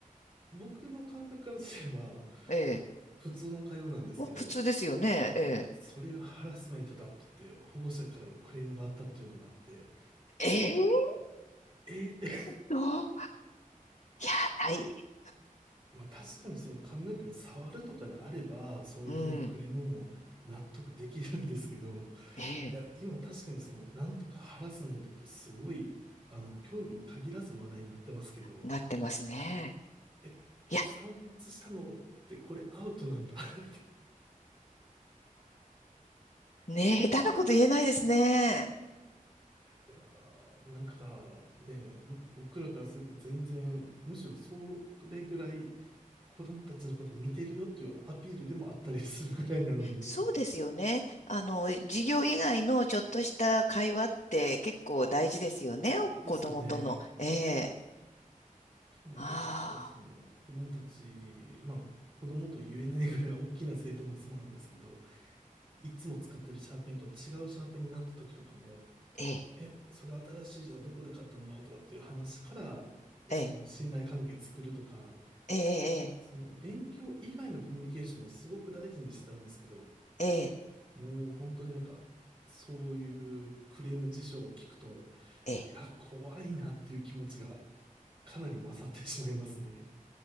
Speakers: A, on the right; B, on the left.
A: 僕の感覚からすれば、
B: ええ、
A: 普通の会話なんですけど、
B: まあ普通ですよね、ええ。
A: それがハラスメントだって言って、保護者からのクレームがあったっていうのがあって、
B: ええ、
A: えーって、
B: どういやー、大、
A: まあ、確かにその髪の毛を触るとかであれば、そういうふうなクレームも納得できるんですけど、
B: うん、うん、ええ、
A: いや、今確かにその、なんとかハラスメントってすごい、あの、教育に限らず話題になってますけど、
B: なってますね。
A: え、
B: いや、
A: 散髪したのってこれアウトなんだ <laughs>
B: ねえ、下手なこと言えないですね。
A: いやー、なんかね、僕、僕らからすれば全然、むしろそれぐらい、子供たちのこと見てるよっていうアピールでもあったりするぐらいなのに。
B: そうですよね。あの、授業以外のちょっとした会話って結構大事ですよね。
A: ですよね。
B: 子供との。ええ、
A: 特になんか僕はその子供たち、
B: ああ、
A: まあ子供と言えないぐらい大きな生徒もそうなんですけど、いつも使ってるシャーペンと違うシャーペンになった時とかも、
B: ええ、
A: え、それ新しいじゃん、どこで買ったのとかっていう話から、その信頼関係作るとか、
B: ええ、ええ、
A: その勉強以外のコミュニケーションもすごく大事にしてたんですけど、
B: ええ、
A: もう本当になんか、そういうクレーム事象を聞くと、
B: ええ、
A: いや、
B: ええ
A: 怖いなっていう気持ちがかなり勝ってしまいますね。